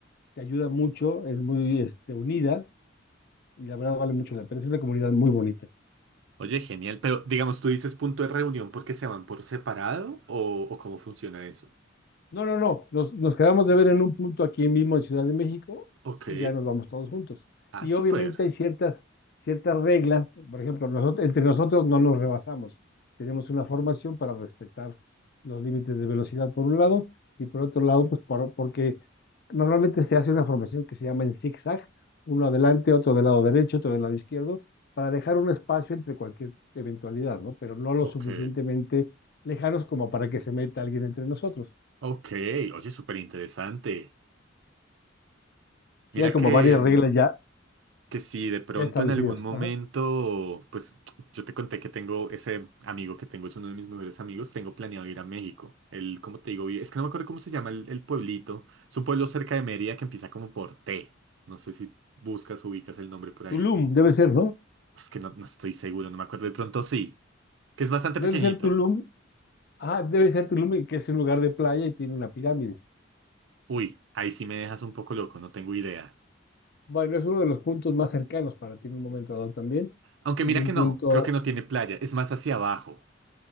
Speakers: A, on the left; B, on the right.
A: Te ayuda mucho, es muy este, unida y la verdad vale mucho la pena. Es una comunidad muy bonita.
B: Oye, genial, pero digamos, tú dices punto de reunión porque se van por separado o, o cómo funciona eso.
A: No, no, no. Nos, nos quedamos de ver en un punto aquí mismo en Ciudad de México
B: Ok.
A: y ya nos vamos todos juntos.
B: Ah,
A: Y
B: súper.
A: obviamente hay ciertas, ciertas reglas. Por ejemplo, nosotros, entre nosotros no nos rebasamos. Tenemos una formación para respetar los límites de velocidad por un lado y por otro lado, pues por- porque normalmente se hace una formación que se llama en zigzag, uno adelante, otro del lado derecho, otro del lado izquierdo, para dejar un espacio entre cualquier eventualidad, ¿no? Pero no lo
B: Ok.
A: suficientemente lejanos como para que se meta alguien entre nosotros.
B: Ok. Oye, súper interesante.
A: Sí,
B: Mira
A: hay como
B: que,
A: varias
B: mm,
A: reglas ya,
B: que si de pronto
A: ya establecidas.
B: en algún momento,
A: Ajá.
B: pues yo te conté que tengo ese amigo que tengo, es uno de mis mejores amigos, tengo planeado ir a México. Él, como te digo, vi- es que no me acuerdo cómo se llama el, el pueblito. Es un pueblo cerca de Mérida que empieza como por T. No sé si buscas o ubicas el nombre por ahí.
A: Tulum, debe ser, ¿no?
B: Es que no, no estoy seguro, no me acuerdo. De pronto sí, que es bastante pequeñito.
A: Debe ser Tulum. Ah, debe ser Tulum, el que es un lugar de playa y tiene una pirámide.
B: Uy, ahí sí me dejas un poco loco, no tengo idea.
A: Bueno, es uno de los puntos más cercanos para ti en un momento dado también.
B: Aunque
A: Y
B: mira
A: un
B: que no,
A: punto.
B: creo que no tiene playa, es más hacia abajo.